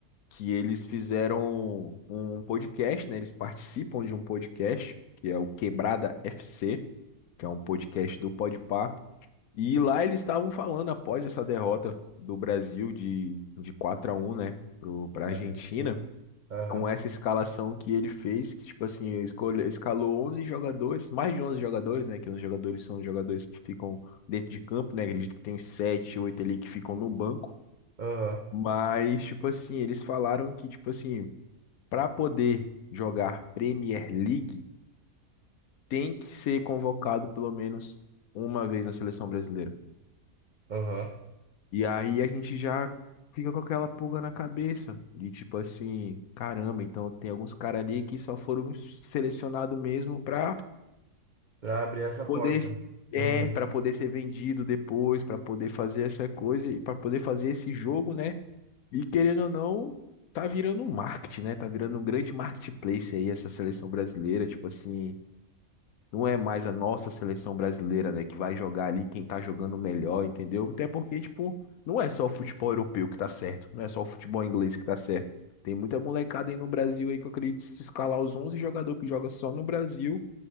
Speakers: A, on the left; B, on the right.
A: que eles fizeram um podcast, né? Eles participam de um podcast, que é o Quebrada FC, que é um podcast do Podpah. E lá eles estavam falando após essa derrota do Brasil de, de 4 a um né, para
B: da
A: a Argentina
B: Argentina. Aham,
A: com essa escalação que ele fez, que tipo assim, escolhe, escalou 11 jogadores, mais de 11 jogadores, né, que os jogadores são os jogadores que ficam dentro de campo, né, acredito que tem uns 7 8 ali que ficam no banco,
B: aham,
A: mas tipo assim, eles falaram que tipo assim, para poder jogar Premier League, tem que ser convocado pelo menos uma vez na seleção brasileira.
B: aham.
A: E aí a gente já fica com aquela pulga na cabeça de tipo assim, caramba, então tem alguns caras ali que só foram selecionados mesmo pra
B: Pra abrir essa porta.
A: poder é,
B: Uhum.
A: para poder ser vendido depois, pra poder fazer essa coisa e pra poder fazer esse jogo, né? E querendo ou não, tá virando um marketing, né? Tá virando um grande marketplace aí essa seleção brasileira, tipo assim, não é mais a nossa seleção brasileira, né, que vai jogar ali quem tá jogando melhor, entendeu? Até porque, tipo, não é só o futebol europeu que tá certo, não é só o futebol inglês que tá certo. Tem muita molecada aí no Brasil aí que eu acredito que se escalar os 11 jogadores que joga só no Brasil,